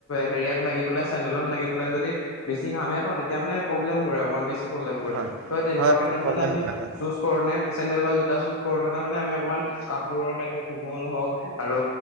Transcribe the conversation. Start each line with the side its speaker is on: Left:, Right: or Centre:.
Left: হেৰিয়াত লাগি পেলাই চেণ্ডেলত লাগি পেলাই যদি বেছি ঘামে ন তেতিয়া মানে প্ৰব্লেম কৰে অকনমান বেছি প্ৰব্লেম কৰে
Right: হয়
Left: তেনেকুৱা
Right: হয়
Left: ক্ষেত্ৰত
Right: প্ৰব্লেম
Left: মানে আমি
Right: কৰে হয়
Left: চৌজ কৰে চেন্দেল বা জোতা চুজ কৰোনে মানে আমি অকণমান কাপোৰৰ টাইপৰ কোমল হওক। আৰু